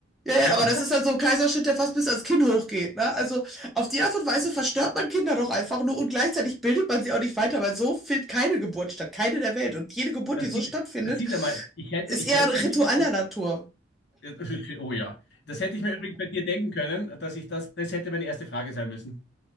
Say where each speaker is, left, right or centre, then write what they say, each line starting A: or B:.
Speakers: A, in the centre; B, on the left.
A: Ja,
B: Ja,
A: ja, aber das ist dann so ein Kaiserschnitt, der fast bis ans Kinn hochgeht, ne? Also auf die Art und Weise verstört man Kinder doch einfach nur und gleichzeitig bildet man sie auch nicht weiter, weil so findet keine Geburt statt, keine der Welt. Und jede
B: <laughs>
A: Geburt,
B: das
A: die so
B: sieht,
A: stattfindet,
B: das sieht er mal. Ich hätte,
A: ist
B: ich
A: eher
B: hätte
A: ritualer
B: mir,
A: Natur. <laughs>
B: <laughs> oh ja, das hätte ich mir übrigens bei dir denken können, dass ich das, das hätte meine erste Frage sein müssen.